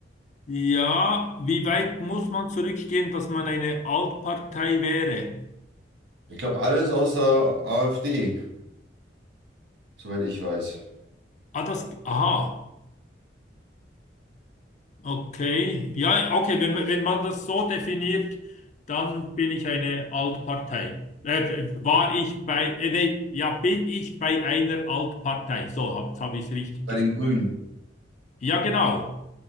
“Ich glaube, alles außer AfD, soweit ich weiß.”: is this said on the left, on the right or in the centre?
Right